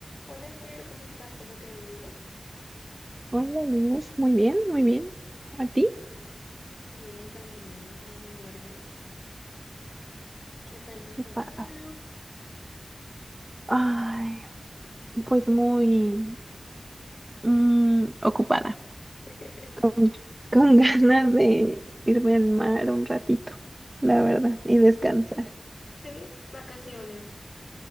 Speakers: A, on the left; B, on the right.
A: Hola Fer, ¿cómo estás? ¿Cómo te ha ido?
B: Hola Luz, muy bien, muy bien. ¿A ti?
A: Bien, también, todo en orden. ¿Qué tal la
B: ¿Qué
A: semana?
B: pasa? Ay, pues muy mm, ocupada,
A: <laughs>
B: con, con <laughs> ganas de irme al mar un ratito, la verdad, y descansar.
A: Sí, vacaciones